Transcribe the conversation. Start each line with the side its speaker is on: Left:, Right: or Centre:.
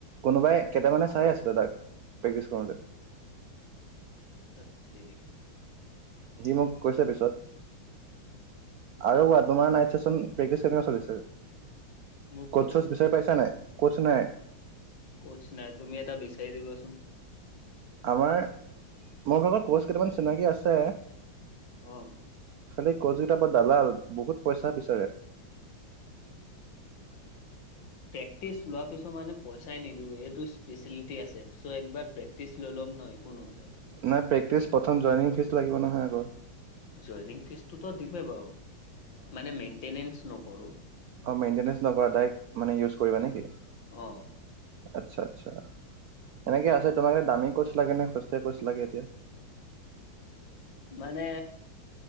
Right: কোনোবাই কেইটামানে চাই আছিলে তাক প্ৰেক্টিচ কৰোতে
Left: ঠাত তেৰি
Right: সি মোক কৈছে পিছত আৰু কোৱা তোমাৰ নাইট চেচন প্ৰেক্টিচ কেনেকোৱা চলিছে
Left: মোৰ
Right: ক'টছচ বিচাৰি পাইছা নাই ক'তছ নাই
Left: কতৰ্চ নাই তুমি এটা বিচাই দিবাচোন
Right: আমাৰ মোৰ ভাগৰ ক'ৰ্চ কেইটামান চিনাকি আছে
Left: উম
Right: আঁচলতে কৰ্চ কেইটা পা দালাল বহুত পইচা বিচাৰে
Left: প্ৰেক্টিছ লোৱা পিছত মই পইচাই নিদু এইটো স্পেচিলিটি আছে চ একবাৰ টেষ্ট লৈ লম ন একো নুসোধে
Right: নাই প্ৰেক্টিচ প্ৰথম জইনিং ফিজ লাগিব নহয় আগৰ
Left: জয়নিং ফিজটোতো দিমে বাৰু মানে মেইনটেনেচ্ছ নকৰো
Right: অঁ মেইনটেনেঞ্চ নকৰা ডাইৰেক্ট মানে ইউজ কৰিবা নেকি
Left: উম
Right: আচ্ছা আচ্ছা। এনেকে আছে তোমাক এতিয়া দামী কোচ লাগে নে সস্তিয়া কোচ লাগে এতিয়া?
Left: মানে